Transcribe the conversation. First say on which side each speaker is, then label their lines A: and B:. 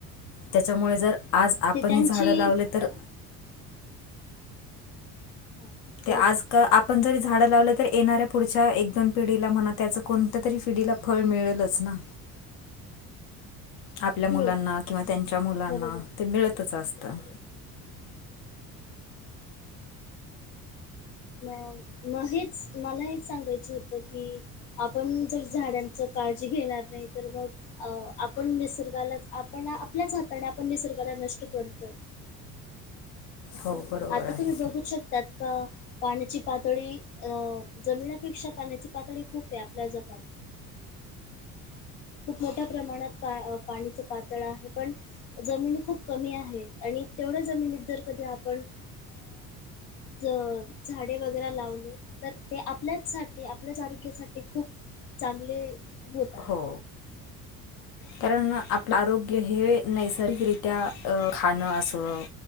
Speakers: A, on the left; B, on the left.
A: त्याच्यामुळे जर आज आपण
B: ते त्यांची
A: ही झाडं लावले तर
B: अ हां. बरोबर.
A: ते आज का आप पण जरी झाडं लावलं तर येणाऱ्या पुढच्या एक दोन पिढीला म्हणा त्याचं कोणत्या तरी पिढीला फळ मिळेलच ना आपल्या मुलांना
B: हो.
A: किंवा त्यांच्या मुलांना
B: बरोबर.
A: ते मिळतच असतं.
B: म म हेच मला हे सांगायच होतं की आपण जर झाडांच काळजी घेणार नाही तर मग आपण निसर्गालाच आपण आपल्याच हाताने पण निसर्गाला नष्ट करतोय.
A: हो. बरोबर
B: आता
A: आहे
B: तुम्ही बघू शकतात का पाण्याची पातळी अ जमिनापेक्षा पाण्याची पातळी खूप आहे आपल्या जगात खूप मोठ्या प्रमाणात पाणीचं पातळ आहे पण जमिनी खूप कमी आहेत आणि तेवढ्या जमिनीत जर कधी आपण ज झाडे वगैरे लावले तर ते आपल्याचसाठी आपल्याच आरोग्यासाठी खूप चांगले होते.
A: हो. कारण आपलं आरोग्य हे नैसर्गिकरित्या खाणं असं